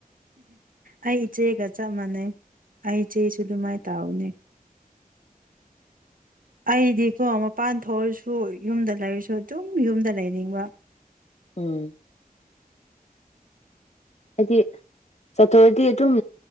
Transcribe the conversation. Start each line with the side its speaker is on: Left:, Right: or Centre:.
Right: ꯑꯩ ꯏꯆꯦꯒ ꯆꯞ ꯃꯥꯟꯅꯩ ꯑꯩ ꯏꯆꯦꯁꯨ ꯑꯗꯨꯃꯥꯏ ꯇꯥꯎꯏꯅꯦ ꯑꯩꯗꯤꯀꯣ ꯃꯄꯥꯟ ꯊꯣꯛꯑꯔꯁꯨ ꯌꯨꯝꯗ ꯂꯩꯔꯁꯨ ꯑꯗꯨꯝ ꯌꯨꯝꯗ ꯂꯩꯅꯤꯡꯕ
Left: ꯎꯝ ꯍꯥꯏꯗꯤ ꯆꯥꯠꯊꯣꯔꯗꯤ ꯑꯗꯨꯝ